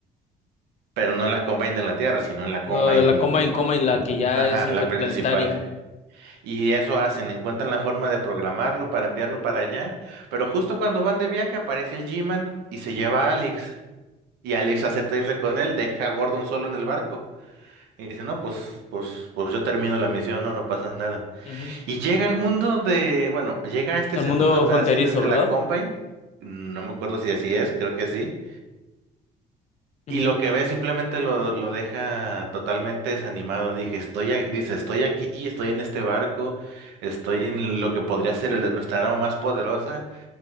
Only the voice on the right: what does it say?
Pero no en la Combine de la Tierra, sino en la Combine,
l-
ajá,
la principal. Y eso hacen, encuentran la forma de programarlo para enviarlo para allá. Pero justo cuando van de viaje aparece el G-Man y se lleva a Alex. Y Alex acepta irse con él, deja a Gordon solo en el barco. Y dice, no, pues, pues, pues yo termino la misión, no, no pasa nada.
Y llega al mundo de, bueno, llega a este
centro
de operaciones
de
la Combine, no me acuerdo si así es, creo que sí.
Y lo que ve simplemente lo, lo deja totalmente desanimado. Dije, estoy, a- dice, estoy aquí, estoy en este barco, estoy en lo que podría ser el de nuestra arma más poderosa.